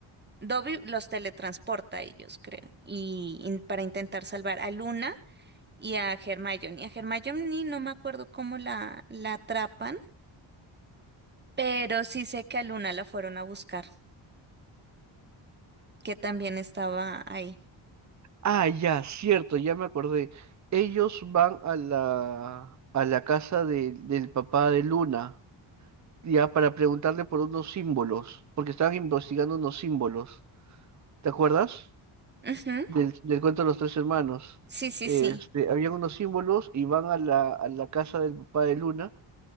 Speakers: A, on the right (about 20°); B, on the right (about 35°).
A: Dobby los teletransporta a ellos, creo, y, y para intentar salvar a Luna y a Hermione. A Hermione no me acuerdo cómo la, la atrapan, pero sí sé que a Luna la fueron a buscar, que también estaba ahí.
B: Ah, ya, cierto, ya me acordé. Ellos van a la, a la casa de- del papá de Luna, ya para preguntarle por unos símbolos, porque estaban investigando unos símbolos. ¿Te acuerdas?
A: Ujú,
B: Del, del cuento de los tres hermanos.
A: Sí, sí,
B: Este,
A: sí.
B: habían unos símbolos y van a la, a la casa del papá de Luna